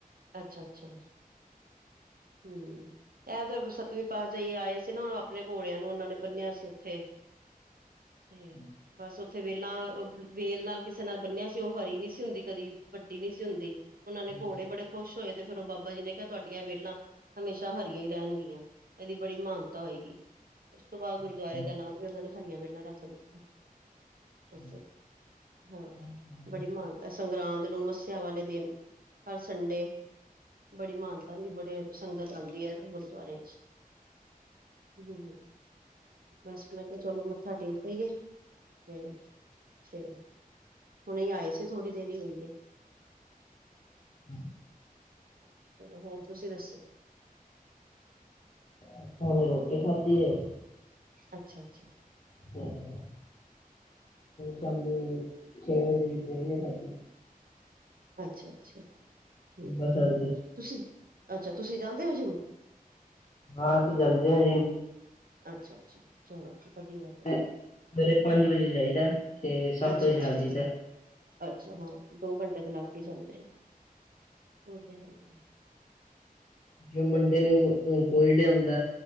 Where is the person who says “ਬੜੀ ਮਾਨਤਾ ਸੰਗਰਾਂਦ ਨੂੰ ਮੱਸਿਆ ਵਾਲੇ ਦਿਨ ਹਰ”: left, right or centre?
Right